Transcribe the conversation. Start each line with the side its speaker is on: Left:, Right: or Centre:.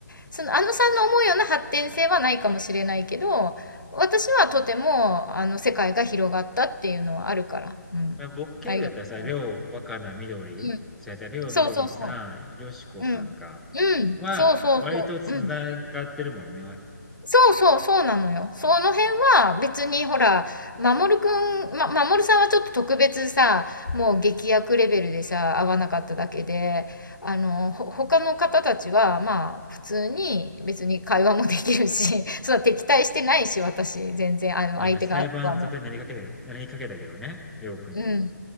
Left: そのあのさんの思うような発展性はないかもしれないけど、私はとてもあの世界が広がったっていうのはあるから。うん。
Centre: まあ、僕経由だったらさ、
Left: ありがとうございま
Centre: りょう、若菜、みどりじゃ違う、
Left: す。
Centre: りょう、
Left: そうそうそ
Centre: みどりさん、よしこさんか。
Left: う。うん。うん。
Centre: は、
Left: そうそうそう。
Centre: 割と繋がってるもんね。
Left: うん。
Centre: わ
Left: そうそうそうなのよ。その辺は別にほら、まもるくん、ま、まもるさんはちょっと特別さ、もう劇薬レベルでさ、合わなかっただけで、あの、ほ、他の方たちは、まあ、普通に別に会話もできるし、<laughs> そう、敵対してないし、私、全然、あの、
Centre: まあね、
Left: 相手側はも
Centre: 裁判沙汰になりかけてなりかけたけどね、りょうくんとも。
Left: う。う